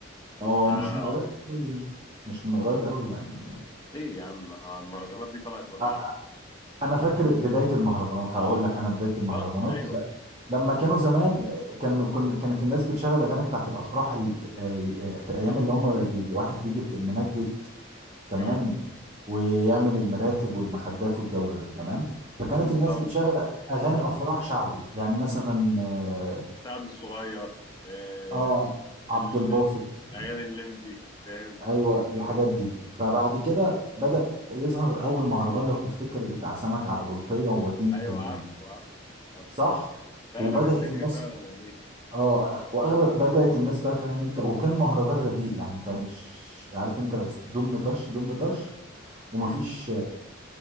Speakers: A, on the right (about 30°); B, on the left (about 20°).
A: اه
B: فليه
A: مش من قريب قوي مش من قريب قوي يعني
B: يا عم أنا المهرجانات دي طلعت وانا
A: آه،
B: موجود
A: انا فاكر بدايه المهرجانات هقول لك انا بدايه
B: بالظبط
A: المهرجانات
B: ايوه يعني
A: لما كانوا زمان كانوا كن كانت الناس بتشغل الاغاني بتاعت الافراح ال- آه، آه، في ايام اللي هم بي بي- واحد بيجي بت- منجد تمام
B: مم.
A: ويعمل المراتب والمخدات والجو ده تمام فكانت
B: بالظبط
A: الناس بتشغل اغاني افراح شعبي يعني مثلا اه
B: سعد الصغير آه...
A: آه، عبد
B: ال-
A: الباسط
B: اغاني الليمبي فاهم
A: ايوه الحاجات دي فبعد
B: بالظبط
A: كده بدأ يظهر اول مهرجان لو تفتكر بتاع سمك على بلطية ووديني
B: ايوه
A: التنجيد
B: عارف عارف عارف
A: صح
B: ده
A: وبدأت
B: قلب الدنيا
A: الناس
B: فعلا يا مين
A: اه واغلب بدات الناس بقى فاهم انت وكان مهرجان رديء يعني كان ش... عارف انت دم طش دم طش ومفيش
B: مم.